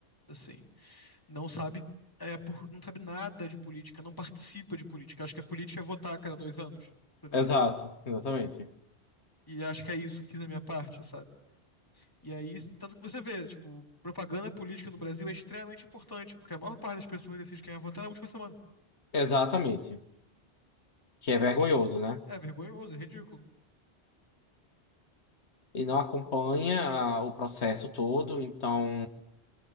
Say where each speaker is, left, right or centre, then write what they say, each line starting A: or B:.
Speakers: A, on the left; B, on the left.
A: Assim, não sabe, é, por- não sabe nada de política, não participa de política. Acho que a política é votar a cada dois anos. entendeu?
B: exato, exatamente.
A: E acho que é isso, fiz a minha parte, sabe? E aí, tanto que você vê, tipo, propaganda política no Brasil é extremamente importante, porque a maior parte das pessoas decide quem vai votar na última semana.
B: Exatamente. Que é vergonhoso, né?
A: É vergonhoso, é ridículo.
B: Ele não acompanha a- o processo todo, então